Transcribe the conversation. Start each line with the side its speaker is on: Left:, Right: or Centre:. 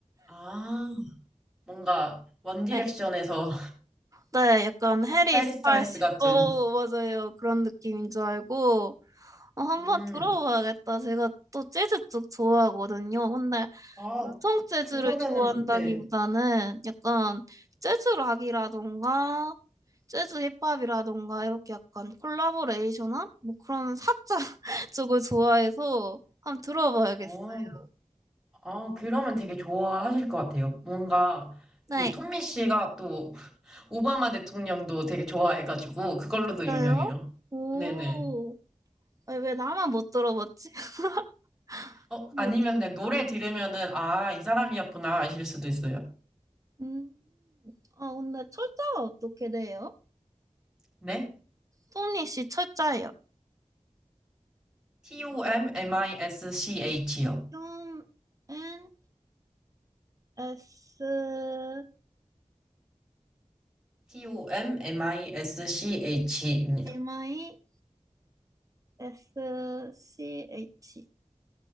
Centre: 아, 뭔가, 원디렉션에서
Right: 네. 네, 약간
Centre: <laughs>
Right: 해리
Centre: 해리
Right: 스타일스,
Centre: 스타일스 같은.
Right: 오, 맞아요. 그런 느낌인 줄 알고. 어, 한번
Centre: 음,
Right: 들어봐야겠다. 제가 또 재즈 쪽 좋아하거든요. 근데
Centre: 아,
Right: 전통 재즈를
Centre: 그러면은,
Right: 좋아한다기보다는
Centre: 네.
Right: 약간 재즈 락이라던가 재즈 힙합이라던가 이렇게 약간 콜라보레이션한 뭐 그런 사자 <laughs> 쪽을 좋아해서 한번 들어봐야겠어요.
Centre: 어. 아, 그러면 되게 좋아하실 것 같아요. 뭔가
Right: 네,
Centre: 그 톰미 씨가 또 <laughs> 오바마 대통령도 되게 좋아해가지고 그걸로도
Right: 저요?
Centre: 유명해요.
Right: 오,
Centre: 네네.
Right: 아니, 왜 나만 못 들어봤지? <laughs>
Centre: 어,
Right: 네.
Centre: 아니면 그냥 노래 들으면은 아, 이 사람이었구나 아실 수도 있어요.
Right: 음, 아, 근데 철자가 어떻게 돼요?
Centre: 네?
Right: 토니 씨 철자예요.
Centre: T-O-M-M-I-S-C-H요.
Right: 좀 N S 어,
Centre: T-O-M-M-I-S-C-H입니다.
Right: M I S C H